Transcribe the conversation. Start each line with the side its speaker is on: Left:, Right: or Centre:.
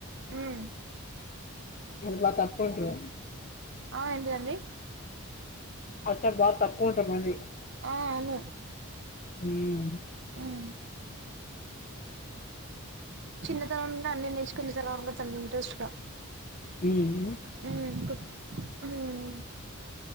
Right: మ్మ్
Left: మల్ల తక్కువుంటరా
Right: ఆ ఏంటండి
Left: అట్టా కాదు తక్కువ ఉంటామండి
Right: ఆ అవును
Left: మ్మ్
Right: ఉమ్, చిన్నతనం నుండి అన్నీ నేర్చుకున్న తానా అంట తను ఇంట్రస్ట్ గా
Left: హ్మ్
Right: మ్మ్ మ్మ్